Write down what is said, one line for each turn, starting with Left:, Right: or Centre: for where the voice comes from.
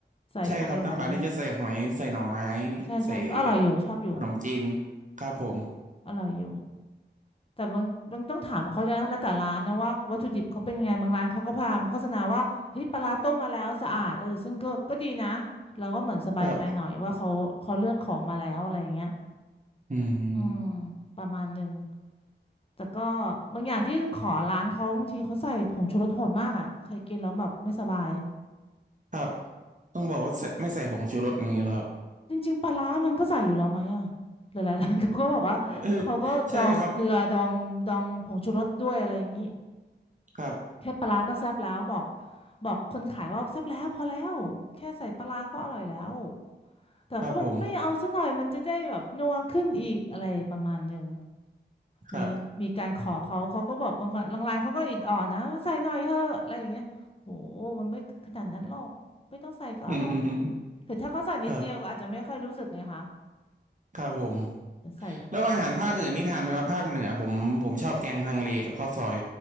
Left: ใส่อะไรหลายๆอย่าง
Right: ใช่ครับตำป่านี่จะใส่หอยใส่หน่อไม้
Left: ใช่ใช่ก็อร่อยอยู่ชอบอยู่
Right: ใส่ขนมจีนครับผม
Left: อร่อยอยู่ แต่บางบางต้องถามของเขาด้วยนะแล้วแต่ร้านนะว่าวัตถุดิบเขาเป็นยังไงบางร้านเขาก็พยายามโฆษณาว่าเฮ้ยปลาร้าต้มมาแล้วสะอาดเออซึ่งก็ก็ดีนะเราก็เหมือนสบายใจหน่อยว่าเขาเขาเลือกของมาแล้วอะไรอย่างเงี้ย
Right: ครับอืม
Left: อืมประมาณหนึ่งแต่ก็บางอย่างที่ขอร้านเขาบางทีเขาใส่ผงชูรสโหดมากอ่ะเคยกินแล้วแบบไม่สบาย
Right: ครับต้องบอกว่าใส่ไม่ใส่ผงชูรสนี้เหรอครับ
Left: จริงๆปลาร้ามันก็ใส่อยู่แล้วไหมอ่ะหลายๆร้านเขาก็บอกว่าเขาก็ดองเกลือดองดองผงชูรสด้วยอะไรอย่างงี้
Right: เออใช่ครับครับ
Left: แค่ปลาร้าก็แซ่บแล้วบอกบอกคนขายว่าแซ่บแล้วพอแล้วแค่ใส่ปลาร้าก็อร่อยแล้วแต่เขาบอกไม่เอาซะหน่อยมันจะได้แบบนัวขึ้นอีกอะไรประมาณหนึ่ง
Right: ครับผมครับ
Left: มีมีการขอเขาเขาก็บอกบางคนบางร้านเขาก็อิดออดนะว่าใส่หน่อยเถอะอะไรอย่างเงี้ยโหมันไม่ขนาดนั้นหรอกไม่ต้องใส่ก็อร่อย
Right: <laughs> อืม
Left: หรือถ้าเขาใส่นิดเดียวก็อาจจะไม่ค่อยรู้สึกไงคะ
Right: ครับครับผม
Left: แต่ใส่หอดหอม
Right: แล้วอาหารภาคอื่นนี่ทานไหมครับภาคเหนือผมผมชอบแกงฮังเลกับข้าวซอย